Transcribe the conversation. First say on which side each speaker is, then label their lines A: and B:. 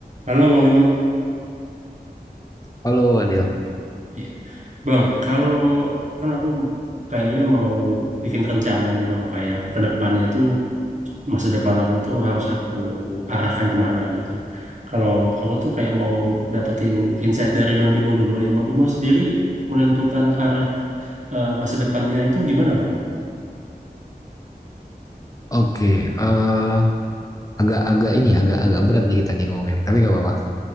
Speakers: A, on the right (about 50°); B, on the left (about 20°).
A: Halo Bang Wibo.
B: Halo Wadil.
A: Iya. Bang, kalau kan aku kayaknya mau bikin rencana nih Bang, kayak ke depannya tuh masa depan aku tuh harus aku arahkan kemana gitu. Kalau aku tuh kayak mau dapetin insight dari Bang Bimo dulu nih. Bang Bimo sendiri menentukan arah eh, masa depannya itu gimana Bang?
B: Oke, eh, agak-agak ini ya, agak-agak berat nih kita nih ngomongin, tapi nggak apa-apa.